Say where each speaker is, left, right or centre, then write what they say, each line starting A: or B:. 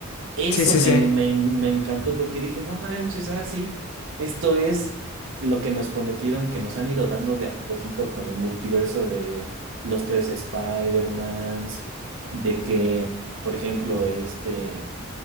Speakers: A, on the right (about 60°); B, on the left (about 85°).
A: Eso
B: Sí, sí,
A: me,
B: sí.
A: me, me encantó porque dije, no manches, ahora sí, esto es lo que nos prometieron, que nos han ido dando de a poquito con el multiverso de los tres Spider-Mans, de que, por ejemplo, este...